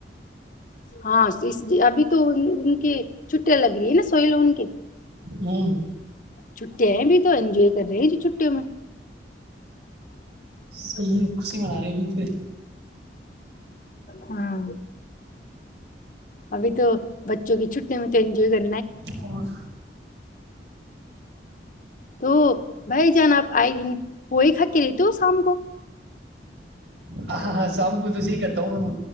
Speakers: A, on the left; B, on the right.
A: ہاں ابھی تو کہ چھٹیاں لگ رہی ہے نا سوئی لوون کے
B: ہوں
A: چھٹییا ہیں بھی تو انجوائے کر رہے چھٹیوں میں
B: صحیح خوشی منا رہے بھی تھے ایک
A: ہاں ابھی تو بچوں کی چھٹی میں تو انجوائے کر
B: اور
A: تو بھائی جان آپ آئے دن پوئی کھا کے رہتے ہو شام کو
B: ہاں ہاں شام کو تو صی کرتا ہوں